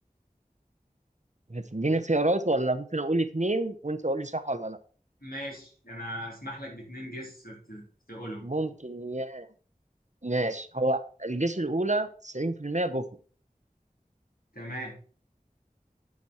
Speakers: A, on the right (about 50°); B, on the left (about 80°).
A: هتديني خيارات ولا ممكن اقول اثنين وانت قول لي صح ولا لا
B: ماشي انا اسمح لك باتنين جس ت- تقولهم
A: ممكن ي... ماشي هو الجيش الأولى 90% بوفر
B: تمام